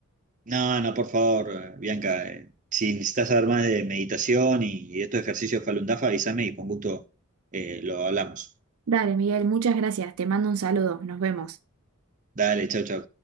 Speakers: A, on the right; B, on the right.
A: No, no, por favor, eh, Bianca, eh, si necesitas saber más de meditación y, y estos ejercicios Falun Dafa, avísame y con gusto eh, lo hablamos.
B: Dale, Miguel, muchas gracias. Te mando un saludo. Nos vemos.
A: Dale, chau, chau.